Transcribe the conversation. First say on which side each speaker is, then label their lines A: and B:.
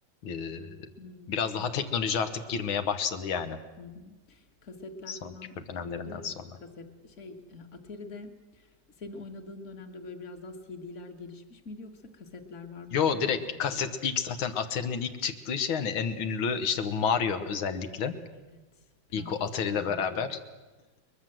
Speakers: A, on the left; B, on the left.
A: e,
B: Hı
A: biraz daha teknoloji artık girmeye başladı yani
B: hı. hı. Kasetler
A: son
B: falan
A: küpür dönemlerinden
B: oluyordu ya.
A: sonra.
B: Kaset şey e, Atari'de senin oynadığın dönemde böyle biraz daha CD'ler gelişmiş miydi yoksa kasetler var mıydı
A: Yo
B: onun
A: direkt
B: kasetleri?
A: kaset ilk zaten Atari'nin ilk çıktığı şey yani en ünlü işte bu Mario özellikle
B: Evet. Prenses
A: ilk o Atari
B: Kurtarmacı.
A: ile beraber